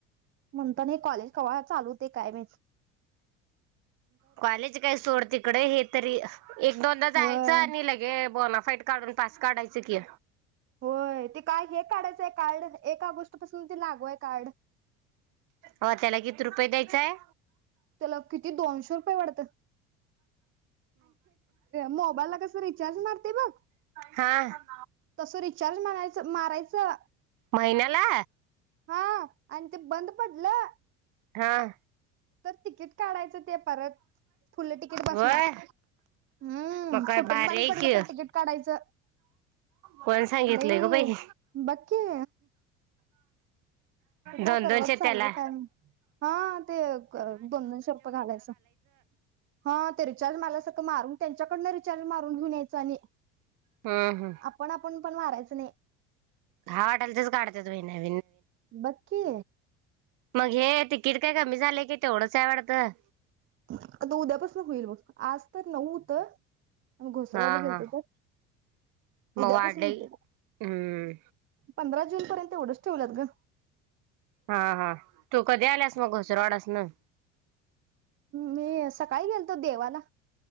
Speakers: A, on the right (about 35°); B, on the right (about 60°).
A: म्हणत ना, कॉलेज कवा चालू होते काय माहीत?
B: कॉलेज काय सोड तिकडे हे तरी, एक- दोनदा जायचं
A: होय
B: आणि लगे बोनाफाईट काढून पास काढायचं कि..
A: होय ते काय हे काढायचंय? काढलं एक ऑगस्ट पासून ते लागू हाय कार्ड.
B: हो, त्याला किती रुपये द्यायचेय?
A: त्याला किती दोनशे रुपये वाढतं? मोबाईलला कसं रिचार्ज मारते बघ
B: हां..
A: तसं रिचार्ज मारायचं मारायचं
B: महिन्याला?
A: हा आणि ते बंद पडलं.
B: हां
A: तर तिकीट काढायचं ते परत फुल्ल तिकीट
B: व्हय
A: बसणार. हम्म,
B: मग काय
A: कोट
B: भारी
A: च बंद
B: आहे
A: पडलं
B: की
A: तर तिकीट काढायचं
B: कोण सांगितलंय
A: लई
B: ग बाई
A: बघ की? कुठे
B: दोन
A: तर
B: दोनशे
A: रोजं चाललेय
B: त्याला
A: काय, हां, ते दोन- दोनशे रुपये घालायचं. हां, ते रिचार्ज मारल्या सारंखं मारून त्यांच्याकडनं रिचार्ज मारून घेऊन यायचं आणि
B: हं हं.
A: आपण आपण पण मारायचं नाही.
B: हा वाटाल तेच काढते त भहिना <unintelligible>
A: बघ की?
B: मग हे तिकीट काय कमी झालंय की तेवढंच आहे वाढतं.
A: आता उद्यापासनं होईल बघ आज तर नव्हत. मग घोसरवाडला
B: हा
A: गेलत
B: हा
A: तर
B: मग
A: उद्यापासून
B: वाढलंय
A: होते
B: हम्म
A: पंधरा <unintelligible> जुन पर्यंत एवढंच ठेवलात ग.
B: हां, हां तू कधी आलास मग घसरवाडस नं?
A: मी सकाळी गेलतो देवाला.